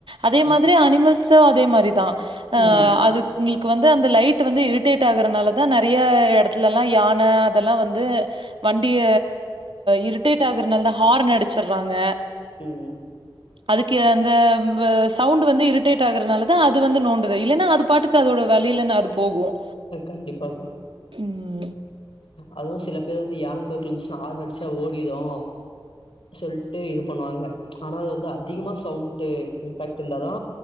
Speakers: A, on the right (about 80°); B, on the left (about 85°).
A: அதே
B: இப்
A: மாதிரி அனிமல்ஸ் ட்சு அதே மாரி தா
B: ம்
A: அதுங்களுக்கு வந்து அந்த லைட் வந்து இருட் டேட் ஆகுறதுனால தா நறைய எடத்துலல்லாம் யான அதெல்லாம் வந்து வண்டிய இரிட்டேட் ஆகுறனால தான் ஹார்ன் அடிச்சடுறாங்க
B: ம்
A: அதுக்கு அந்த ப சவுண்ட் வந்து இரிட்டேட் ஆகுறனால தான் அது வந்து நோண்டுது இல்லன்னா அது பாட்டுக்கு அதோட வழில அது போகும்
B: கண்டிப்பாக்கா
A: உம்
B: அதுவும் சில பேர் வந்து யானை குருக்கல இருந்துச்சுன்னா ஆறன் அடிச்சா ஓடிடும் சொல்ட்டு இது பண்ணுவாங்க ஆனா அது வந்து அதிகமா சவுண்ட் இம்பாக்ட் இருந்தாதா